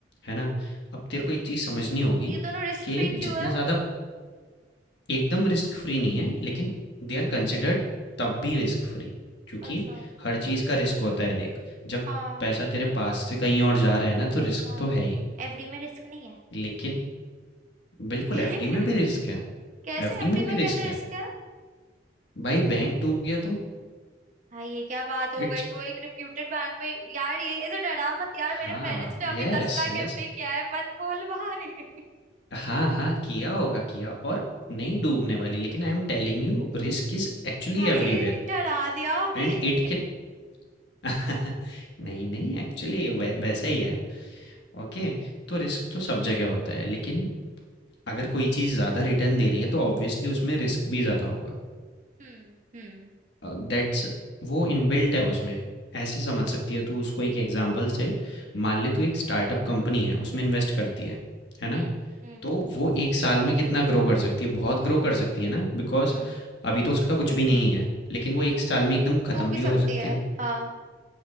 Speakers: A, on the left; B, on the right.
A: है ना अब तेरे को एक चीज़ समझनी होगी
B: ये दोनों रिस्क
A: कि
B: फ्री क्यों
A: जितना
B: है
A: ज़्यादा एकदम रिस्क फ्री नहीं है लेकिन दे आर कंसिडर्ड तब भी रिस्क फ्री क्योंकि
B: अच्छा
A: हर चीज़ का रिस्क होता है देख जब
B: हाँ
A: पैसा तेरे पास से कहीं और जा रहा है ना तो रिस्क
B: हाँ
A: तो है ही
B: एफडी में रिस्क नहीं है
A: लेकिन बिल्कुल
B: <laughs>
A: एफडी में भी रिस्क है
B: कैसे
A: एफडी
B: एफडी
A: में भी
B: में कैसे
A: रिस्क है
B: रिस्क है
A: भाई बैंक डूब गया तो
B: भाई ये क्या बात हो
A: इट्स
B: गई तो एक रिप्यूटेड बैंक में यार ये ऐसे डरा मत यार
A: हाँ
B: मेरे पेरेंट्स ने
A: यस
B: अभी दस लाख
A: यस
B: एफडी किया है मत बोल भाई
A: हाँ हाँ किया होगा किया और नहीं डूबने वाली लेकिन I am telling you risk is actually
B: भाई
A: everywhere
B: डरा दिया अभी
A: and
B: <laughs>
A: it can <laughs> नहीं नहीं एक्चुअली वैसा ही है ओके तो रिस्क तो सब जगह होता है लेकिन अगर कोई चीज़ ज़्यादा रिटर्न दे रही है तो ऑब्वियसली उसमें रिस्क भी ज़्यादा होगा
B: हम्म हम्म
A: दैट्स वो इनबिल्ट है उसमें ऐसे समझ
B: हम्म
A: सकती है तू उसको एक एग्जांपल से मान ले तू एक स्टार्टअप कंपनी है उसमें इन्वेस्ट करती है है ना
B: हम्म हम्म
A: तो वो एक साल में कितना ग्रो कर सकती है बहुत ग्रो कर सकती है ना बिकॉज
B: हम्म
A: अभी तो उसका कुछ भी नहीं है लेकिन वो एक साल में एकदम ख़त्म
B: डूब भी
A: भी
B: सकती
A: हो सकती
B: है
A: है
B: हाँ